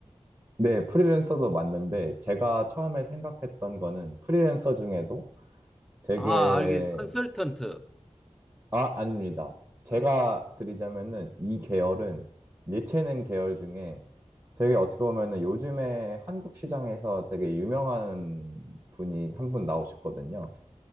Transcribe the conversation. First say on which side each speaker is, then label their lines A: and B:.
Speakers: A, on the right; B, in the centre.
A: 네, 프리랜서도 맞는데 제가 처음에 생각했던 거는 프리랜서 중에도 되게
B: 아, 알게 컨설턴트.
A: 아 아닙니다. 제가
B: 컨-
A: 드리자면은 이 계열은 예체능 계열 중에 되게 어떻게 보면은 요즘에 한국 시장에서 되게 유명한 분이 한 분 나오셨거든요.